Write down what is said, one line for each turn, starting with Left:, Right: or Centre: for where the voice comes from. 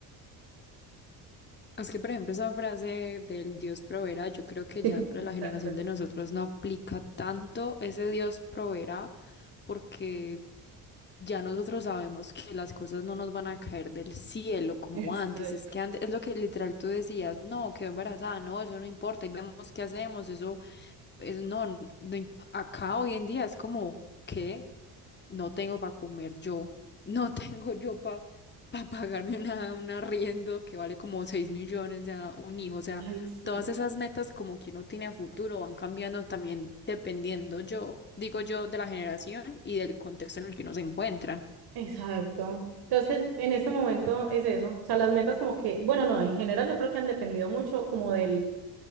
Left: Es que, por ejemplo, esa frase del Dios proveerá, yo creo que
Right: <laughs>
Left: ya para la generación
Right: Tal cual.
Left: de nosotros no aplica tanto ese Dios proveerá, porque ya nosotros sabemos que las cosas no nos van a caer del cielo como
Right: Exacto.
Left: antes. Es que antes, es lo que literal tú decías, no, quedó embarazada, no, eso no importa, y vemos qué hacemos, eso es- no, no imp- acá hoy en día es como que no tengo para comer yo, no <laughs> tengo yo para pagarme una, un arriendo que vale como 6 millones de a un hijo. O sea,
Right: Ay, sí.
Left: todas esas metas como que uno tiene a futuro van cambiando también dependiendo yo, digo yo, de la generación y del contexto en el que uno se encuentra.
Right: Exacto. Entonces que en este momento es eso, o sea, las metas como que, bueno, no, en general yo creo que han dependido mucho como del